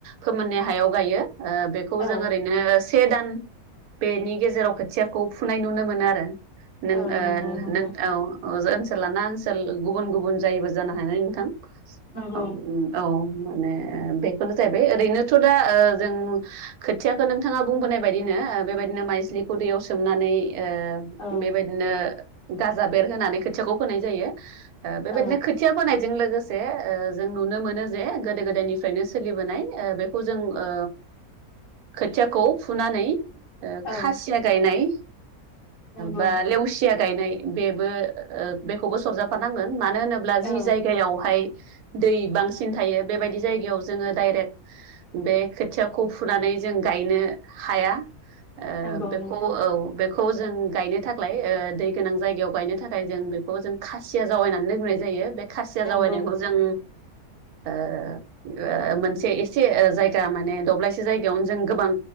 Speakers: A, on the right (about 80°); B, on the left (about 45°).
A: फोमोननाय हायाव गायो ओ बेखौ
B: औ
A: जों ओरैनो से दान बेनि गेजेराव खोथिया खौ फुनाय नुनो मोनो आरो नों
B: औ
A: ओ
B: नंगौ नंगौ
A: नों औ औ ओनसोल लाना ओनसोल गुबुन गुबुन जायोबो जानो हाय न नोंथां
B: नंगौ
A: औ औ माने बेखौनो जाहैबाय ओरैनोथ' दा ओ जों खोथियाखौ नोंथाङा बुंबोनाय बायदिनो बेबायदिनो माइज्लिखौ दैयाव सोमनानै ओ
B: औ
A: बेबायदिनो गाजा बेर होनानै खोथियाखौ फोनाय जायो ओ बेबायदिनो
B: औ
A: खोथिया फोनाय जों लोगोसे ओ जों नुनो मोनो जे गोदो गोदायनिफ्रायनो ओ सोलिबोनाय बेखौ जों ओ खोथियाखौ फुनानै ओ
B: औ
A: खासिया गायनाय
B: नंगौ
A: बा लेवसिया गायनाय बेबो बेखौबो सरजाफानांगोन मानो होनोब्ला
B: औ
A: जि जायगायावहाय दै बांसिन थायो बेबायदि जायगायाव जोङो डाइरेक्ट बे खोथियाखौ फुनानै जों गायनो हाया ओ
B: नंगौ
A: बेखौ
B: नोंथां
A: औ बेखौ खौ जों गायनो थाख्लाय ओ दै गोनां जायगायाव गायनो थाखाय जों बेखौ जों खासिया जावायनानै दोनग्रोनाय जायो बे खासिया
B: नंगौ
A: जावैनायखौ जों
B: <inaudible>
A: ओ ओ मोनसे एसे ओ जायगा माने दब्लायसे जायगायावनो जों गोबां